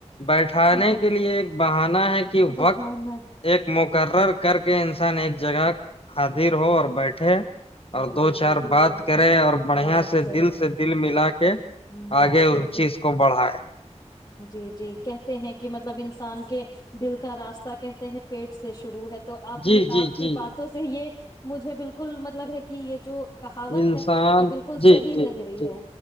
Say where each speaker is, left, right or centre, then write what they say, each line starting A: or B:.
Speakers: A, on the left (about 50°); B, on the left (about 30°).
A: بیٹھانے
B: ہاں ہاں
A: کے لیے ایک بہانا ہے کہ
B: بہانا
A: وقت ایک مقرر کر کے انسان ایک جگہ حادر ہو اور بیٹھے
B: حاضر
A: اور دو چار
B: ہو بالکل
A: بات کرے اور بڑھیا
B: بات
A: سے
B: کریں
A: دل سے دل ملا کے
B: ملا
A: آگے
B: کر
A: اس
B: کے
A: چیز کو بڑھا بائے
B: جی جی کہتے ہیں کہ مطلب انسان کے دل کا راستہ کہتے ہیں پیٹ سے شروع ہے تو آپ نے
A: جی جی
B: آپ کی
A: جی
B: باتوں سے یہ مجھے بالکل مطلب ہے کہ یہ جو کہاوت
A: انسان
B: ہے یہ بالکل
A: جی
B: صحیح
A: جی
B: لگ رہی
A: جی
B: ہے